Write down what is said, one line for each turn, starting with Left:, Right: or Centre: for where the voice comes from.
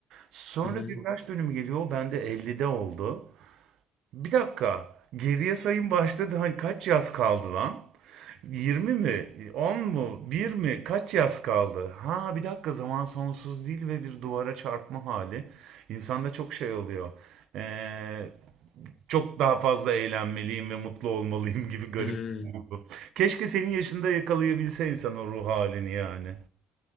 Right: Sonra
Left: Hı hı.
Right: bir yaş dönümü geliyor. Ben de 50'de oldu. Bir dakika. Geriye sayım başladı. Hani kaç yaz kaldı lan? 20 mi? 10 mu? Bir mi? Kaç yaz kaldı? Ha bir dakika zaman sonsuz değil ve bir duvara çarpma hali. İnsanda çok şey oluyor. Ee, çok daha fazla eğlenmeliyim ve mutlu olmalıyım gibi garip
Left: Hmm.
Right: bir duygu. Keşke senin yaşında yakalayabilse insan o ruh halini yani.